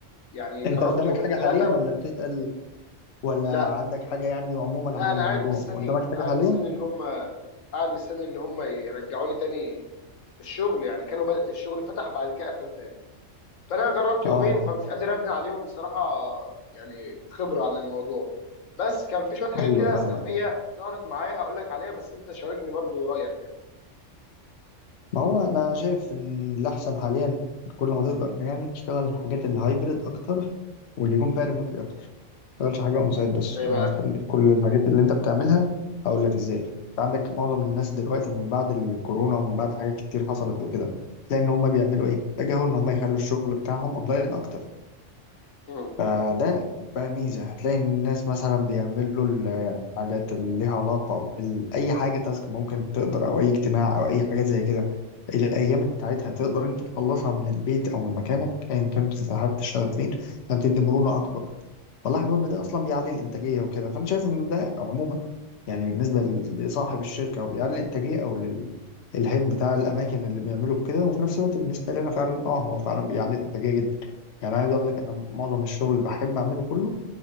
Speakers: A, on the left (about 80°); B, on the left (about 60°).
A: يعني
B: انت
A: جربت
B: قدامك
A: يومين
B: حاجة
A: ثلاثه
B: حاليا ولا بتسأل ولا
A: لا
B: عندك حاجة يعني عموما
A: لا
B: عن الموضوع
A: انا قاعد مستني
B: قدامك حاجة
A: قاعد
B: حاليا
A: مستني ان هم قاعد مستني ان هم يرجعوني تاني الشغل يعني كانوا بدأ الشغل فتح بعد كده قفل تاني فانا جربت يومين
B: اه اه
A: فمش قادر ابني عليهم بصراحه يعني خبره عن الموضوع بس كان في شويه حاجات
B: ايوه
A: كده
B: فاهمك
A: سلبيه ظهرت معايا هقول لك عليها بس انت شاركني برضو رايك يعني
B: ما هو انا شايف ان الاحسن حاليا كل ما تقدر يعني تشتغل الحاجات الهايبرد اكتر واللي يكون فيها ريموتلي اكتر ما تشتغلش حاجه اون سايت بس
A: ازاي
B: يعني
A: بقى
B: ما تخلي كل الحاجات اللي انت بتعملها اقول لك ازاي انت عندك معظم الناس دلوقتي من بعد الكورونا ومن بعد حاجات كتير حصلت وكده تلاقي ان هم بيعملوا ايه اتجهوا ان هم يخلوا الشغل بتاعهم اونلاين اكتر
A: مم.
B: فده بقى ميزة هتلاقي إن الناس مثلا بيعملوا الحاجات اللي ليها علاقة بأي حاجة تاسك ممكن تقدر أو أي اجتماع أو أي حاجات زي كده الأيام بتاعتها تقدر أنت تخلصها من البيت أو من مكانك أيا كنت أنت حابب تشتغل فين عشان تدي مرونة أكبر فلاحظوا إن ده أصلا بيعلي الإنتاجية وكده فأنا شايف إن ده عموما يعني بالنسبة لصاحب الشركة أو بيعلي الإنتاجية أو للهيد بتاع الأماكن اللي بيعملوا كده وفي نفس الوقت بالنسبة لنا فعلا أه هو فعلا بيعلي الإنتاجية جدا يعني عايز اقول لك انا معظم الشغل اللي بحب اعمله كله